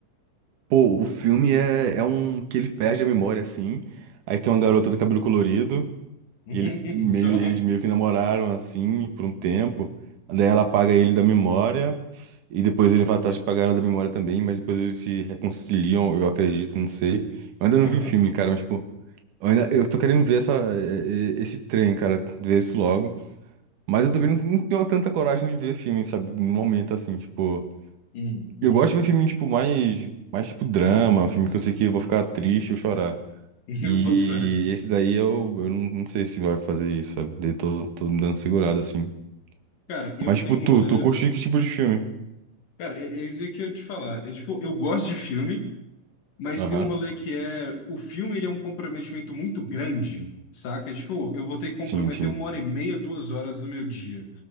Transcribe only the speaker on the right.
Pô, o filme é, é um que ele perde a memória, assim. Aí tem uma garota do cabelo colorido.
E ele meio,
eles meio que namoraram, assim, por um tempo. Daí ela apaga ele da memória. E depois ele vai atrás de pagar ela da memória também. Mas depois eles se reconciliam, eu acredito, não sei. Eu ainda não
vi o filme, cara, mas, tipo, eu, ainda, eu tô querendo ver essa, eh, eh, esse trem, cara. Ver isso logo. Mas eu também não, não tenho tanta coragem de ver filme, sabe? No momento, assim, tipo.
Eu gosto de ver filme, tipo, mais, mais tipo drama, filme que eu sei que eu vou ficar triste ou chorar.
E
esse daí eu, eu não não sei se vai fazer isso, sabe? Daí tô, tô me dando segurado, assim.
Mas,
tipo, tu,
tu curte que tipo de filme?
Aham.
Sim, sim.